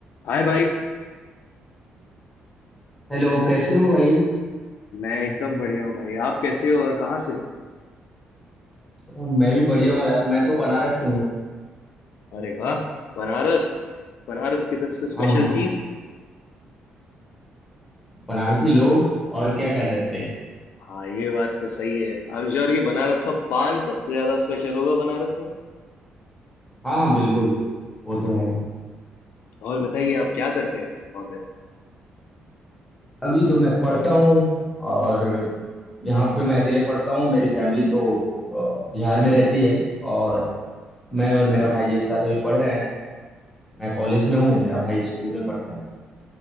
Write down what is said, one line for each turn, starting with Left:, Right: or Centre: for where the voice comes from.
Left: हाय भाई
Centre: Hello कैसे हो भाई
Left: मैं एकदम बढ़िया हूँ भाई आप कैसे हो और कहाँ से हो
Centre: अ, मैं भी बढ़िया हूँ यार मैं तो बनारस से हूँ
Left: अरे वाह बनारस बनारस की सबसे स्पेशल
Centre: हाँ हाँ
Left: चीज
Centre: बनारसी लोग और क्या कह सकते हैं
Left: हाँ ये बात तो सही है आई एम श्योर कि बनारस का पान सबसे ज्यादा स्पेशल होगा बनारस में
Centre: हाँ हाँ बिल्कुल वो तो है
Left: और बताइए आप क्या करते हैं वहाँ पे
Centre: अभी तो मैं पढ़ता हूँ और यहाँ पे मैं अकेले पढ़ता हूँ मेरी फैमिली तो अ, बिहार में रहती है और मैं और मेरा भाई एक साथ अभी पढ़ रहे हैं मैं कॉलेज में हूँ मेरा भाई स्कूल में पढ़ता है